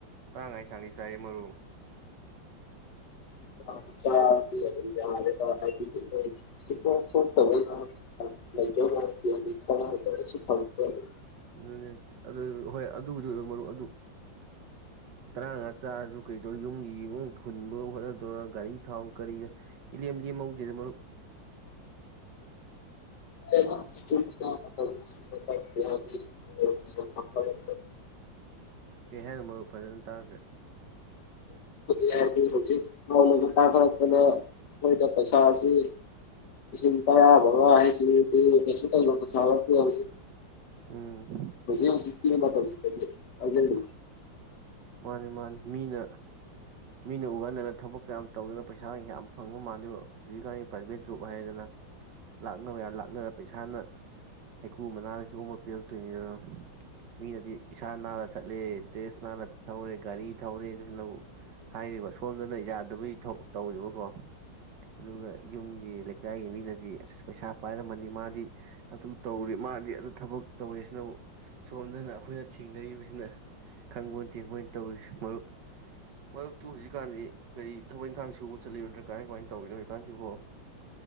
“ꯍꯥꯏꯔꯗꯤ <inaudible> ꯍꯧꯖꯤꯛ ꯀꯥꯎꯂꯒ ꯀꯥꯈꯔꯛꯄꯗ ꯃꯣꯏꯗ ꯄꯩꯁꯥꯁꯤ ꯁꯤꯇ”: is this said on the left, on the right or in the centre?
Left